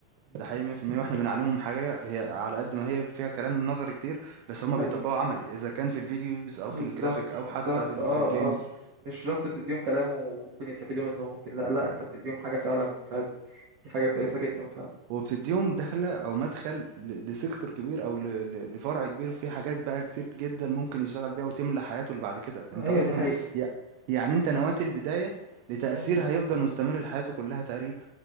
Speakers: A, on the right; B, on the right.
A: مم.
B: ده حقيقي 100% واحنا بنعلمهم حاجة هي على قد ما هي فيها كلام نظري كتير بس هما
A: ايوه
B: بيطبقوا عملي اذا كان في الفيديوز او
A: بالظبط
B: في الجرافيك او
A: بالظبط
B: حتى في ال
A: اه
B: في الجيمز
A: اه مش جاست بتديهم كلام وممكن يستفيدوا منه ممكن لا لا انت بتديهم حاجة فعلا بتساعدهم دي حاجة كويسة جدا فعلا
B: هو بتديهم دخلة او مدخل ل- لسيكتور كبير او ل- ل- لفرع كبير في حاجات بقى كتير جدا ممكن يشتغل بيها وتملى حياته اللي بعد كده
A: ايوه
B: انت اصلا
A: دي حقيقة
B: يع- يعني انت نويت البداية لتأثير
A: امم
B: هيفضل مستمر لحياته كلها تقريبا